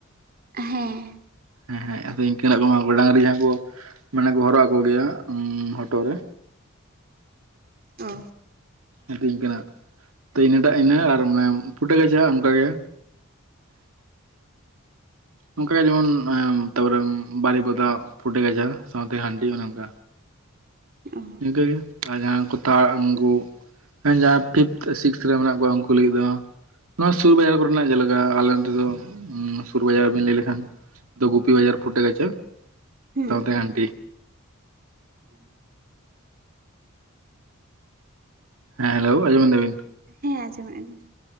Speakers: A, on the right; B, on the right.
A: ᱦᱮᱸ
B: ᱦᱮᱸ ᱦᱮᱸ ᱟᱫᱚ ᱤᱱᱠᱟᱹᱱᱟᱜ ᱠᱚᱢᱟ ᱰᱟᱝᱨᱤ ᱡᱟᱦᱟᱸ ᱠᱚ ᱢᱟᱱᱮ ᱠᱚ ᱦᱚᱨᱚᱜ ᱟᱠᱚ ᱜᱮᱭᱟ ᱦᱚᱴᱚᱜ ᱨᱮ
A: ᱚ
B: ᱦᱮᱸᱛ ᱤᱱᱠᱟᱹᱱᱟᱜ ᱛᱚ ᱤᱱᱟᱹᱴᱟᱜ ᱤᱱᱟᱹ ᱟᱨ ᱢᱟᱱᱮ ᱯᱷᱩᱴᱟᱹ ᱜᱟᱪᱷᱟ ᱚᱱᱠᱟᱜ ᱜᱮ ᱚᱱᱠᱟᱜᱮ ᱡᱮᱢᱚᱱ ᱛᱟᱯᱚᱨᱮ ᱵᱟᱨᱤᱯᱚᱫᱟᱜ ᱯᱷᱩᱴᱟᱹ ᱜᱟᱪᱷᱟ ᱥᱟᱶᱛᱮ ᱦᱟᱺᱰᱤ ᱚᱱᱮ ᱚᱱᱠᱟ
A: ᱚ
B: ᱱᱚᱝᱠᱟᱹᱜ ᱜᱮ ᱟᱨ ᱡᱟᱦᱟᱸᱭ ᱠᱚ ᱛᱟᱲ ᱟᱸᱜᱩ ᱦᱮᱸ ᱡᱟᱦᱟᱸᱭ ᱯᱷᱤᱯᱛᱷ ᱥᱤᱠᱥᱛᱷ ᱨᱮ ᱢᱮᱱᱟᱜ ᱠᱚᱣᱟ ᱩᱱᱠᱩ ᱞᱟᱹᱜᱤᱫ ᱫᱚ ᱱᱚᱶᱟ ᱥᱩᱨ ᱵᱟᱡᱟᱨ ᱠᱚᱨᱮᱱᱟᱜ ᱡᱮᱞᱮᱠᱟ ᱟᱞᱮ ᱱᱚᱛᱮ ᱫᱚ ᱥᱩᱨ ᱵᱟᱡᱟᱨ ᱵᱮᱱ ᱞᱟᱹᱭ ᱞᱮᱠᱷᱟᱱ ᱫᱚ ᱜᱩᱯᱤ ᱵᱟᱡᱟᱨ ᱯᱷᱩᱴᱮ ᱠᱟᱪ
A: ᱦᱮᱸ
B: ᱥᱟᱶᱛᱮ ᱜᱟᱱᱴᱤ
A: <inaudible>
B: ᱦᱮᱸ ᱦᱮᱞᱳ ᱟᱡᱚᱢ ᱢᱮᱫᱟ ᱵᱤᱱ
A: ᱦᱮᱸ ᱟᱡᱚᱢᱮᱫ -ᱟ ᱞᱤᱧ